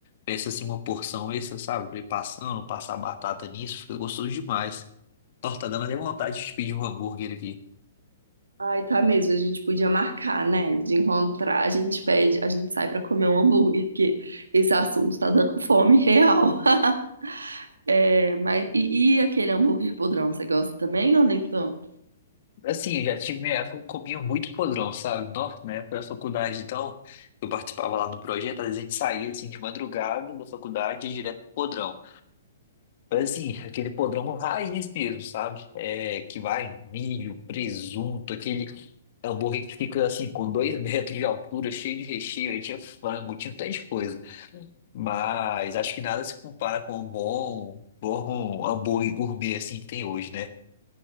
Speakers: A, on the left; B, on the right.
A: peço assim uma porção extra, sabe? Pra ir passando, passar batata nisso, fica gostoso demais. Nossa, tá dando até vontade de pedir um hambúrguer aqui.
B: Ai, tá mesmo. A gente podia marcar, né? De encontrar, a gente pede, a gente sai pra comer um hambúrguer, porque esse assunto tá dando fome real. <laughs> É, mas e, e aquele hambúrguer podrão, você gosta também ou nem tanto?
A: Assim, eu já tive minha época, eu comia muito podrão, sabe? Nossa, na época da faculdade, então, eu participava lá do projeto, às vezes a gente saía assim de madrugada da faculdade e ia direto pro podrão. Mas assim, aquele podrão raiz mesmo, sabe? É, que vai milho, presunto, aquele hambúrguer que fica assim, com dois <laughs> metros de altura, cheio de recheio, aí tinha frango, tinha um tanto de coisa. Mas acho que nada se compara com um bom, bom hambúrguer gourmet assim que tem hoje, né?